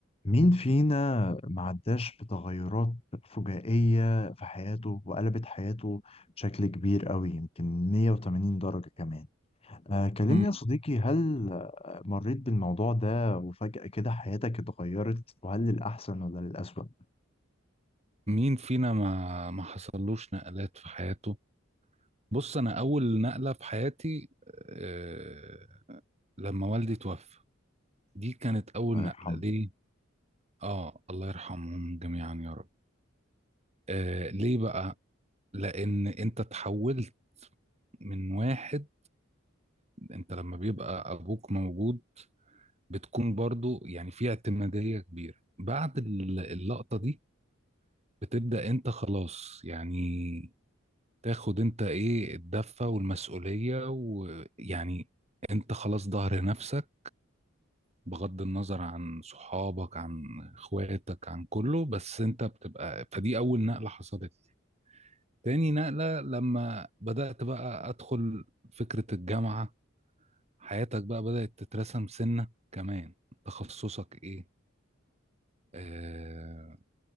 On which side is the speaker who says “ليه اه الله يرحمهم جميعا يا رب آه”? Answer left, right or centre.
Right